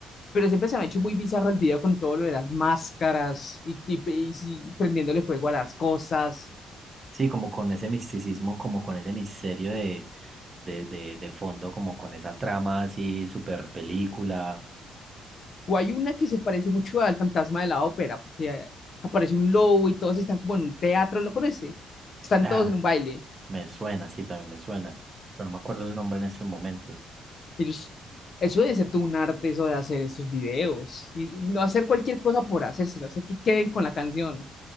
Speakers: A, on the left; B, on the right.
A: Pero siempre se me ha hecho muy bizarro el video con todo lo de las máscaras y, y, y si- prendiéndole fuego a las cosas.
B: Sí, como con ese misticismo, como con ese misterio de de, de, de fondo, como con esa trama así, super película.
A: O hay una que se parece mucho al fantasma de la ópera, porque eh, aparece un lobo y todos están como en un teatro, ¿lo conoce? Están
B: Ah,
A: todos en un baile.
B: me suena, sí, también me suena, pero no me acuerdo el nombre en estos momentos.
A: Ellos, eso debe ser todo un arte, eso de hacer estos videos. Y no hacer cualquier cosa por hacerse, hacer que queden con la canción.